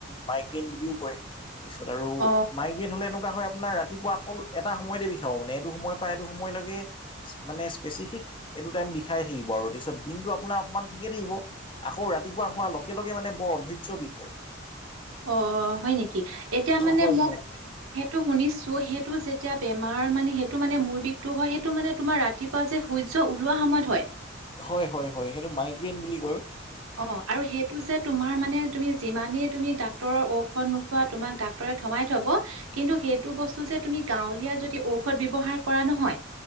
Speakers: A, on the left; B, on the right.
A: মাইগ্ৰেইন বুলিও কয়। পিছত আৰু
B: অ',
A: মাইগ্ৰেইন হলে এনেকুৱা হয়। আপোনাৰ ৰাতিপুৱা অকল এটা সময়তে বিষাব মানে এইটো সময়ৰ পৰা এইটো সময়লৈকে মানে স্পেচিফিক এটো টাইম বিষাইে থাকিব আৰু তাৰপিছত দিনটো আপোনাৰ অকমান ঠিকে থাকিব। আকৌ ৰাতিপুৱা হোৱাৰ লগে লগে মানে বৰ অধয্য বিষ হয়।
B: অ' হয় নেকি এতিয়া মানে
A: হয়
B: মই
A: হয়
B: সেইটো শুনিছো সেইটো যেতিয়া বেমাৰ মানে সেইটো মানে মোৰ বিষটো হয় সেইটো মানে তোমাৰ ৰাতি ৰাতিপাৱা যে সূৰ্য ওলোৱা সময়ত হয়।
A: হয়, হয়, হয় সেইটো মাইগ্ৰেইন বুলি কয়।
B: অহ আৰু সেইটো যে তোমাৰ মানে তুমি যিমানেই তুমি ডাক্তৰৰ ঔষধ নোখোৱা তোমাকা ডাক্তৰে থমাই থব কিন্তু সেইটো বস্তু যে তুমি গাঁৱলীয়া যদি ঔষধ ব্যৱহাৰ কৰা নহয়।